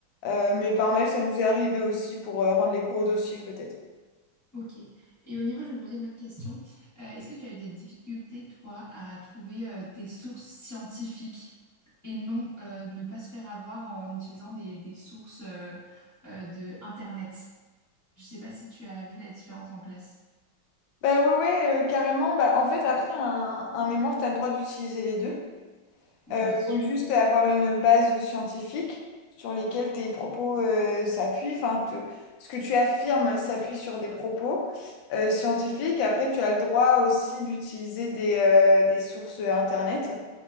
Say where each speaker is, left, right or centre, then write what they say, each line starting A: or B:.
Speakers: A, on the left; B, on the left.
A: Euh, mais par mail, ça nous est arrivé aussi pour euh, rendre les gros dossiers peut-être.
B: Ok. Et au niveau, je me posais une autre question. Euh, est-ce que tu as eu des difficultés, toi, à trouver euh, des sources scientifiques et non euh, ne pas se faire avoir en utilisant des, des sources euh, euh, de Internet? Je ne sais pas si tu as vu la différence en classe.
A: Bah ouais, ouais, euh, carrément. Bah, en fait, après un, un mémoire, tu as le droit d'utiliser les deux.
B: Oui,
A: Euh,
B: bien sûr.
A: faut juste avoir une base scientifique sur lesquelles tes propos euh, s'appuient. Enfin, te- ce que tu affirmes s'appuie sur des propos euh, scientifiques. Après, tu as le droit aussi d'utiliser des, euh, des sources Internet,